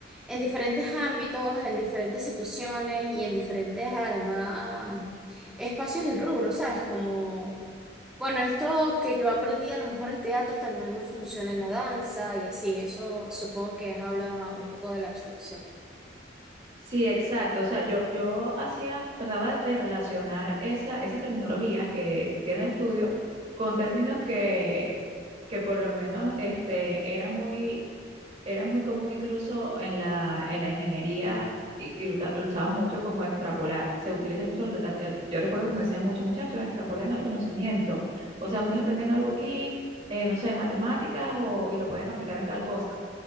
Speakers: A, in the centre; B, on the right.
A: en diferentes ámbitos, en diferentes situaciones y en diferentes, además, espacios y rubros, ¿sabes? Como bueno, esto que yo aprendí a lo mejor en teatro también me funciona en la danza y así, eso supongo que es habla un poco de la abstracción.
B: Sí, exacto. O sea, yo, yo hacía, trataba de relacionar esa, esas terminologías que tiene el estudio con términos que, que por lo menos este, eran muy Era muy común incluso en la, en la ingeniería y que lo, usa- lo usamos mucho como extrapolar. Se utiliza mucho, la- la- el- yo recuerdo que nos decían muchos muchachos, extrapolen el conocimiento. O sea, ustedes aprenden algo aquí, eh, no sé, en matemáticas o, y lo pueden aplicar en tal cosa.